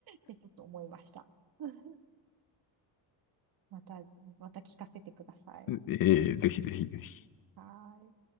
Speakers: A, on the right; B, on the left.
A: で、ちょっと思いました。<laughs> また、また聞かせてください。
B: ええぜひぜひぜひ。
A: はーい。